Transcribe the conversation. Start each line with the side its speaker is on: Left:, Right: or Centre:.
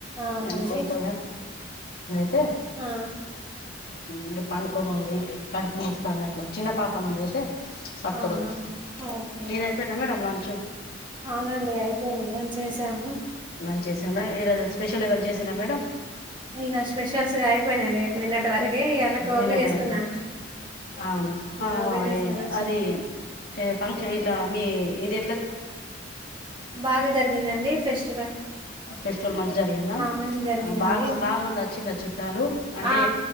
Right: అవునండి
Left: ఎని కొంత <unintelligible> <unintelligible>
Right: ఆ
Left: ఇంక పండుకొని ఉంది కడుపు నోస్తాంది అట్లా చిన్న పాపను ఉంది అయితే పట్టుకొని
Right: అవునావున
Left: ఉంది
Right: ఓకే
Left: మీది
Right: ఓకే.
Left: అయిపోయేంద మేడం ల చ్చు
Right: అవునండి అయిపోయింది లంచ్ చేసాము
Left: లంచ్ చేసిన ఏదనా స్పెషల్ ఏదనా చేసినా మేడంమ్
Right: ఇక స్పెషల్స్ అయిపోయినాయ్ ఎప్పు నిన్నటి వరకి ఇయాళ గోబ్బి
Left: తినేటి
Right: చేసుకున్నా
Left: వరకా అవునా ఆ
Right: గోబ్బి చేసుకొన్ని
Left: ఏ
Right: వచ్నాను
Left: అది ఏ ఫంక్షన్ ఇట్లా మీ ఇదే
Right: బాగా జరిగిందండి ఫెస్ట్
Left: ఫెస్టివల్ మంచి జరిగిందా
Right: మంచి జరిగిందండి
Left: బాగా బాగా మంది వచ్చిలా చుట్టాలు అంటే
Right: ఆ